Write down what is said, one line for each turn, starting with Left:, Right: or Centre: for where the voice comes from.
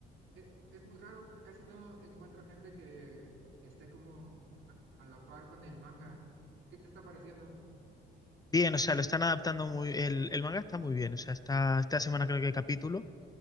Right: e- es muy raro, casi no encuentro gente que esté como a, a la par con el manga. ¿Qué te está pareciendo?
Left: bien, o sea, lo están adaptando muy, el, el manga está muy bien, o sea, está, esta semana creo que hay capítulo.